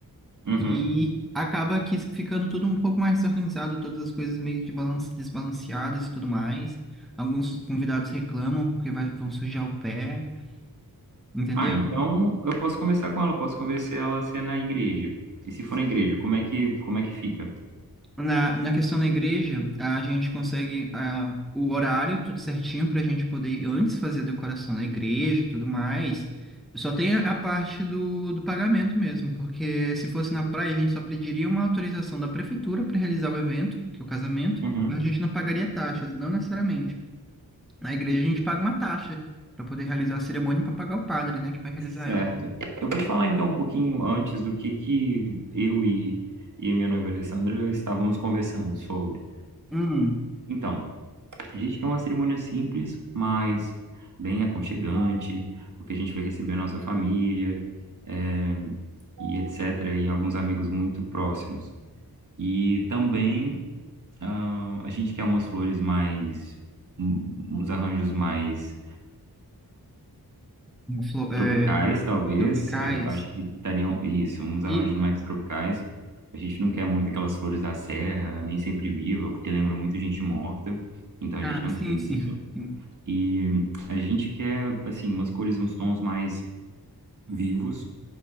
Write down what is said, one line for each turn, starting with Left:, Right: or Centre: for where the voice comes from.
Right: uhum.
Centre: E acaba que ficando tudo um pouco mais desorganizado, todas as coisas meio de balance, desbalanceadas e tudo mais. Alguns convidados reclamam porque vai- vão sujar o pé, entendeu?
Right: Ah, então eu posso conversar com ela, posso convencer ela a ser na igreja. E se for na igreja, como é que, como é que fica?
Centre: Na, na questão da igreja, a gente consegue ah, o horário tudo certinho para a gente poder ir antes fazer a decoração da igreja e tudo mais. Só tem a a parte do, do pagamento mesmo, porque se fosse na praia, a gente só pediria uma autorização da prefeitura para realizar o evento, que é o casamento.
Right: Uhum.
Centre: A gente não pagaria taxas, não necessariamente. Na igreja a gente paga uma taxa para poder realizar a cerimônia e para pagar o padre, né, que vai realizar
Right: Certo.
Centre: ela.
Right: Eu vou te falar então um pouquinho antes do que que eu e, e minha noiva Alessandra estávamos conversando sobre.
Centre: Hum,
Right: Então, a gente quer uma cerimônia simples, mas bem aconchegante, porque a gente vai receber a nossa família, eh, e etc., e alguns amigos muito próximos. E também, ah, a gente quer umas flores mais, um- uns arranjos mais
Centre: flo- é,
Right: Tropicais, talvez.
Centre: tropicais
Right: Eu acho que estariam, isso, uns arranjos
Centre: e
Right: mais tropicais. A gente não quer muito aquelas flores da serra, nem sempre viva, porque lembram muito gente morta. Então a
Centre: ah,
Right: gente não
Centre: sim,
Right: quer isso.
Centre: sim, sim,
Right: E a gente quer, assim, umas cores, uns tons mais vivos,